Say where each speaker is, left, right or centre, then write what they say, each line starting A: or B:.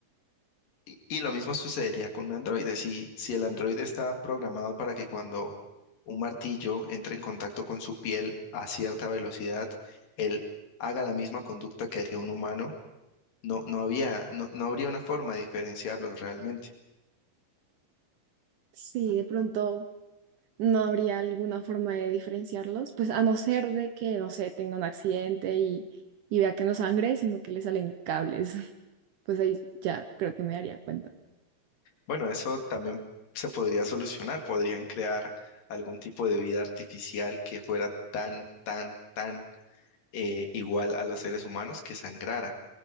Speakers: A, on the left; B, on the right.
A: Y, y lo mismo sucedería con un androide. Si, si el androide está programado para que cuando un martillo entre en contacto con su piel a cierta velocidad, él haga la misma conducta que haría un humano, no, no había, no, no habría una forma de diferenciarlos realmente.
B: Sí, de pronto no habría alguna forma de diferenciarlos, pues a no ser de que, no sé, tenga un accidente y, y vea que no sangre, sino que le salen cables. <laughs> Pues ahí ya creo que me daría cuenta.
A: Bueno, eso también se podría solucionar. Podrían crear algún tipo de vida artificial que fuera tan, tan, tan eh, igual a los seres humanos que sangrara.